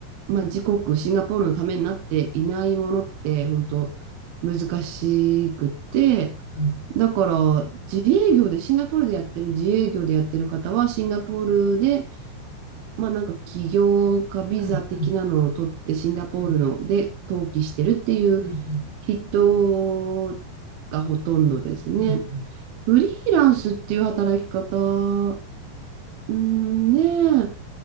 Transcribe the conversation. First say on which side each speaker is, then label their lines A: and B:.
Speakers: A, on the right; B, on the right.
A: まあ、自国、シンガポールのためになっていないものって本当難しくって、
B: うん、
A: だから自営業で、シンガポールでやってる自営業でやってる方はシンガポールでまあなんか起業家ビザ的なのを取ってシンガポールので登記してるっていう
B: うん、うん、うん、うん、うん、
A: 人がほとんどですね。
B: うん、うん
A: フリーランスっていう働き方、うんねえ、